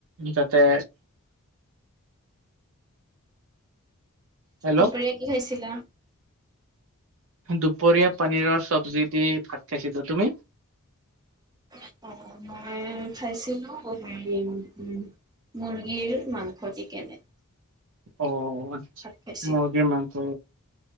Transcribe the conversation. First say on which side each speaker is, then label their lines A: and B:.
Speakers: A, on the right; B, on the right.
A: যাতে হেল্ল'
B: দুপৰীয়া কি খাইছিলা?
A: দুপৰীয়া পানীৰৰ চব্জি দি ভাত খাইছিলোঁ, তুমি?
B: <unintelligible> খাইছিলোঁ। <inaudible> মুৰ্গীৰ মাংস দি কেনে।
A: অ আত্চ্ছা
B: ভাত খাইছিলো
A: মুৰ্গী মাংস